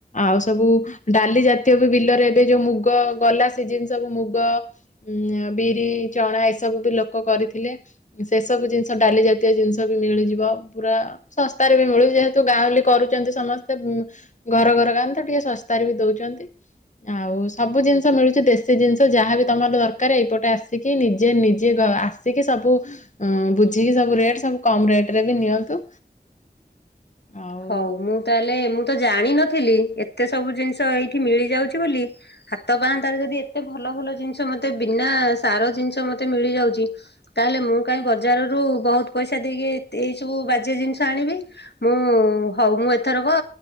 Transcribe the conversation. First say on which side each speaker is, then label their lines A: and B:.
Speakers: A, on the left; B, on the left.
A: ଆଉ ସବୁ ଡାଲି ଜାତୀୟ ବି ବିଲରେ ଏବେ ଯୋଉ ମୁଗ ଗଲା ସିଜିନ୍ ସବୁ ମୁଗ ଉଁ ବିରି, ଚଣା ଏସବୁ ବି ଲୋକ କରିଥିଲେ। ସେ ସବୁ ଜିନିଷ ଡାଲି ଜାତୀୟ ଜିନିଷ ବି ମିଳିଯିବ ପୁରା। ଶସ୍ତାରେ ବି ମିଳୁଛି ଯେହେତୁ ଗାଁଉଲି କରୁଛନ୍ତି ସମସ୍ତେ ଉଁ ଘର ଘର ଗାଁ ତ ଟିକେ ଶସ୍ତାରେ ବି ଦଉଛନ୍ତି। ଆଉ ସବୁ ଜିନିଷ ମିଳୁଛି ଦେଶୀ ଜିନିଷ ଯାହାବି ତମର ଦରକାର ଏଇ ଏପଟେ ଆସିକି ନିଜେ ନିଜେ ଆସିକି ସବୁ ଅଁ ବୁଝିକି ସବୁ ରେଟ ସବୁ କମ ରେଟ ରେ ବି ନିଅନ୍ତୁ। ଆଉ
B: ହଉ ମୁଁ ତାହେଲେ ମୁଁ ତ ଜାଣିନଥିଲି ଏତେ ସବୁ ଜିନିଷ ଏଇଠି ମିଳି ଯାଉଛି ବୋଲି ହାତ ପାଆନ୍ତାର ଯଦି ଏତେ ଭଲ ଭଲ ଜିନିଷ ମତେ ବିନା ସାର ଜିନିଷ ମତେ ମିଳିଯାଉଛି। ତାହେଲେ ମୁଁ କାହିଁ ବଜାରରୁ ବହୁତ ପଇସା ଦେଇକି ଏଇସବୁ ବାଜେ ଜିନିଷ ଆଣିବି। ମୁଁ ହଉ, ମୁଁ ଏଥର କ